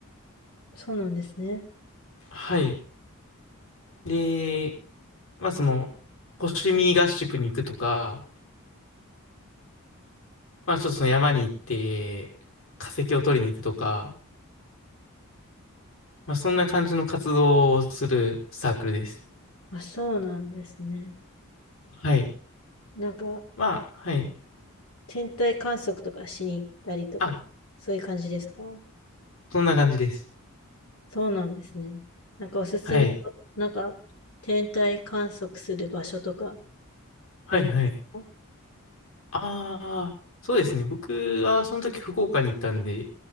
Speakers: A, on the left; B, on the left.
A: そうなんですね。
B: はい。で、まあその、星見合宿に行くとか、まあちょっとその山に行って化石を取りに行くとか、まあそんな感じの活動をするサークルです。
A: あ、そうなんですね。
B: はい。
A: なんか、
B: まあ、はい。
A: 天体観測とかしに行ったりとか、
B: あ、
A: そういう感じですか
B: そんな感じです。
A: そうなんですね。なんかおすすめの、
B: はい。
A: なんか、天体観測する場所とか
B: はい、
A: ありますか
B: はい。ああ、そうですね。僕はその時福岡に行ったんで、